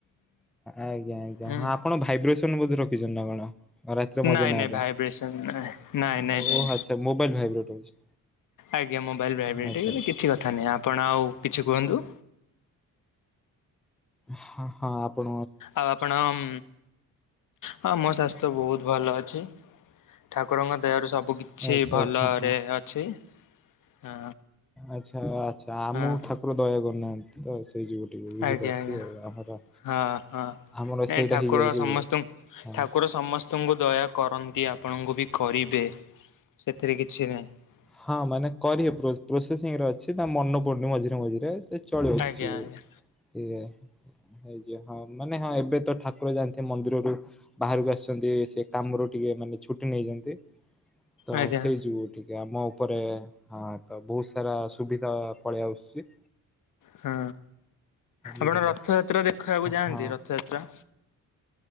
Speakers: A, in the centre; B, on the left.
A: ଆଜ୍ଞା ଆଜ୍ଞା
B: ହୁଁ।
A: ହଁ ଆପଣ ଭାଇବ୍ରେସନ ବୋଧେ ରଖିଛନ୍ତି ନା କଣ? ରାତିରେ ମଜା
B: ନାଇଁ
A: ନବା
B: ନାଇଁ ଭାଇବ୍ରେସନ ନାଇଁ ନାଇଁ
A: ପାଇଁ
B: ନାଇଁ
A: ଓ
B: ନାଇଁ
A: ଆଛା ମୋବାଇଲ ଭାଇବ୍ରେଟ ହଉଛି।
B: ଆଜ୍ଞା ମୋବାଇଲ୍ ଭାଇବ୍ରେଟ
A: ଆଚ୍ଛା
B: ହେଇଗଲେ
A: ଆଚ୍ଛା
B: କିଛି କଥା ନାହିଁ ଆପଣ ଆଉ କିଛି କୁହନ୍ତୁ।
A: ହଁ ହଁ ଆପଣ।
B: ଆଉ ଆପଣ ଉଁ ହଁ ମୋ ସ୍ୱାସ୍ଥ୍ୟ ବହୁତ ଭଲ ଅଛି ଠାକୁରଙ୍କ ଦୟାରୁ ସବୁ କି ଅଛି
A: ଆଚ୍ଛା
B: ଭଲରେ
A: ଆଚ୍ଛା ହଁ
B: ଅଛି। ହଁ
A: ଆଚ୍ଛା ଆଚ୍ଛା ଆମକୁ
B: ହଁ।
A: ଠାକୁର ଦୟା କରୁନାହାନ୍ତି। ସେ ଯୋଉ ଗୋଟିକ ବୁଝି
B: ଆଜ୍ଞା
A: ପାରୁଥିବେ
B: ଆଜ୍ଞା
A: ଆଉ ଆମର?
B: ହଁ ହଁ
A: ଆମର
B: ନାଇଁ
A: ସେଇଟା
B: ଠାକୁର
A: ହେଇଯାଉଛି
B: ସମସ୍ତଙ୍କୁ
A: ହୁଁ।
B: ଠାକୁର ସମସ୍ତଙ୍କୁ ଦୟା କରନ୍ତି ଆପଣଙ୍କୁ ବି କରିବେ ସେଥିରେ କିଛି ନାହିଁ।
A: ହଁ ମାନେ କରିବେ ପ୍ରୋ ପ୍ରୋସେସିଂରେ ଅଛି ତା ମନେ ପଡୁନି ମଝିରେ। ମଝିରେ ମଝିରେ ସେ ଚଳୁ ଅଛି
B: ଆଜ୍ଞା ଆଜ୍ଞା
A: ସିଏ। ହେଇ ଯ ହଁ ମାନେ ହଁ ଏବେ ତ ଠାକୁର ଯାଆନ୍ତି ମନ୍ଦିରରୁ ବାହାରକୁ ଆସିଛନ୍ତି ସେ କାମରୁ ଟିକେ ମାନେ ଛୁଟି ନେଇଛନ୍ତି। ତ
B: ଆଜ୍ଞା
A: ସେଇ ଯୁଉଠି ଇଏ ଆମ ଉପରେ ହଁ, ତ ବହୁତ ସାରା ସୁବିଧା ପଳେଇ ଆଶୁଚି।
B: ହଁ,
A: ବୁଝିଲେ
B: ଆପଣ ରଥଯାତ୍ରା ଦେଖବାକୁ ଯାଆନ୍ତି,
A: ହଁ।
B: ରଥଯାତ୍ରା